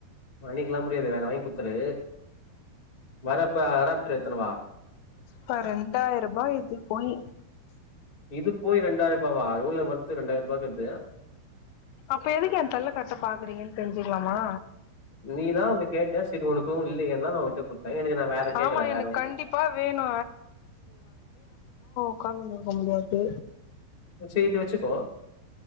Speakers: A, on the left (about 50°); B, on the left (about 85°).
A: மன்னிக்லா முடியாது வேற வாங் குத் த்ரு வரப்ப அடப் ட்ரு எத்துனு வா
B: கா ரெண்டாயிருபா இது போயி
A: இது போய் ரெண்டாய்ர்பாவா இவ்ள ஒர்த்து ரெண்டாய்ர்வாக்கு அது
B: அப்ப எதுக்கு என் தல்ல கட்ட பாக்குறிங்கனு தெர்ஞ்சிக்லாமா
A: நீதா வந்து‌ கேட்ட சரி உன்க்கூ இல்லயேன் தா நா உன்ட்ட குத்த எனக்கு நா வேற கேக்கறே
B: ஆமா
A: வேற
B: எனக்கு
A: ஒன்
B: கண்டிப்பா வேணு உக்காந்துன்னு இருக்க முடியாது
A: சேய்து வெச்சுக்கோ